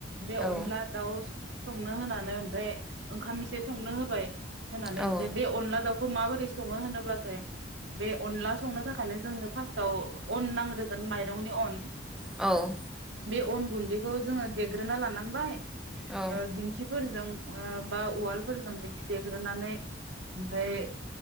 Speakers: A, on the right; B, in the centre.
A: बे
B: औ
A: अनला दाउ संनो होनानै ओमफ्राय ओंखाम एसे संनो होबाय होनानै
B: औ
A: फ्राय बे अनला दाउखौ खौ माबोरै सङो होनोब्लाथाय बे अनला संनो थाखायनो जोंनो फार्स्टआव अन नांग्रोगोन माइरंनि अन
B: औ
A: बे अन गुन्दैखौ जोङो देग्रोना लानांबाय
B: औ
A: दिंखिफोरजों बा व फोरजों बिदि देग्रोनानै ओमफ्राय